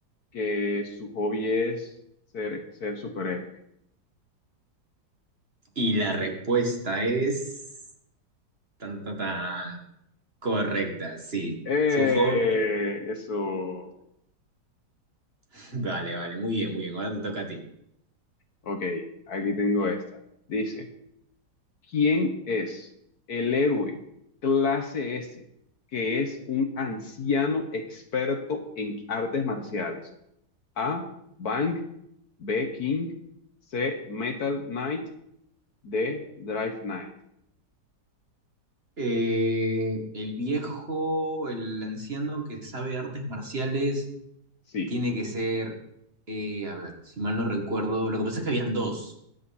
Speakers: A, on the left; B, on the right.
A: que su hobby es ser, ser superhéroe.
B: Y la respuesta es tan tan tan correcta, sí.
A: Eh,
B: Su hobby.
A: eso.
B: <laughs> Vale, vale, muy bien, muy bien. Ahora te toca a ti.
A: Ok, aquí tengo esta. Dice, ¿quién es el héroe clase S que es un anciano experto en artes marciales? A, Bang, B, King, C, Metal Knight, D, Drive Knight.
B: Eh, el viejo, el anciano que sabe artes marciales,
A: Sí,
B: tiene que ser, eh, a ver, si mal no recuerdo, lo que pasa es que habían dos,